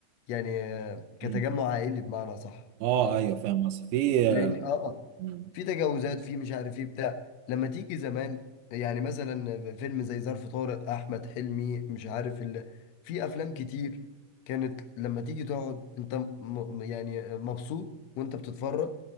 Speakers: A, on the left; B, on the right.
A: يعني آه كتجمع
B: مم.
A: عائلي بمعنى صح
B: اه ايوه فاهم بس في
A: لان اه آه.
B: مم.
A: في تجاوزات في مش عارف ايه بتاع لما تيجي زمان يعني مثلا فيلم زي ظرف طارق احمد حلمي مش عارف ال... في افلام كتير كانت لما تيجي تقعد انت م... يعني مبسوط وانت بتتفرج